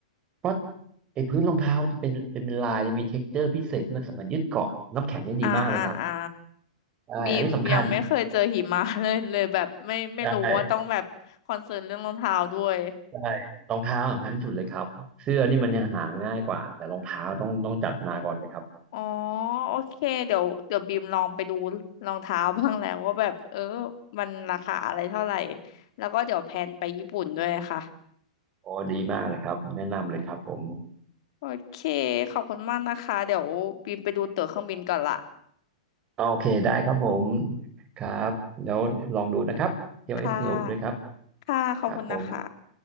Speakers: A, on the right; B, on the left.
A: เพราะไอ้พื้นรองเท้ามันจะเป็นเป็นลายจะมีเท็กเจอร์พิเศษที่มันสามารถยึดเกาะน้ำแข็งได้ดีมากเลยครับ
B: อ่าอ่าอ่า
A: ใช่อันนี้สำคัญ
B: มีมยังไม่เคยเจอหิมะ <laughs> เลยเลยแบบไม่ไม่รู้ว่าต้องแบบคอนเซิร์นเรื่องรองเท้าด้วย
A: ใช่ ใช่รองเท้าสำคัญที่สุดเลยครับเสื้อนี่มันยังหาง่ายกว่าแต่รองเท้าต้องต้องจัดมาก่อนเลยครับ
B: อ๋อโอเคเดี๋ยวเดี๋ยวบีมลองไปดูรองเท้าบ้างแล้วว่าแบบเออมันราคาอะไรเท่าไหร่แล้วก็เดี๋ยวแพลนไปญี่ปุ่นด้วยค่ะ
A: โอ้ดีมากเลยครับแนะนำเลยครับผม
B: โอเคขอบคุณมากนะคะเดี๋ยวบีมไปดูตั๋วเครื่องบินก่อนละ
A: โอเคได้ครับผมครับเดี๋ยวลองดูนะครับเที่ยวเอสสนุกด้วยครับ
B: ค่ะค่ะขอบคุณนะคะ
A: ครับผม